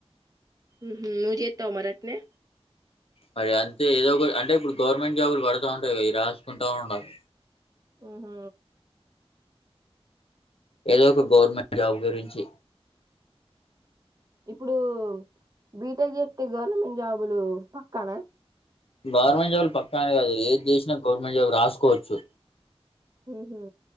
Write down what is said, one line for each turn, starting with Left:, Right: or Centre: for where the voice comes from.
Right: ఉమ్ నువు జేత్తావా మరి అట్నే.
Left: మరి అంతే ఏదో ఒక అంటే ఇప్పుడు గవర్నమెంట్ జాబులు పడుతా ఉంటాయి గా ఇ రాసుకుంటా ఉండాలి.
Right: ఉహు.
Left: ఏదో ఒక గవర్నమెంట్ జాబ్ గురించి.
Right: ఇప్పుడు బీటెక్ చేత్తే గవర్నమెంట్ జాబులు పక్కన.
Left: గవర్నమెంట్ జాబ్లు పక్క అని గాదు ఏది చేసినా గవర్మెంట్ జాబ్ రాసుకోవోచ్చు.
Right: ఉహు.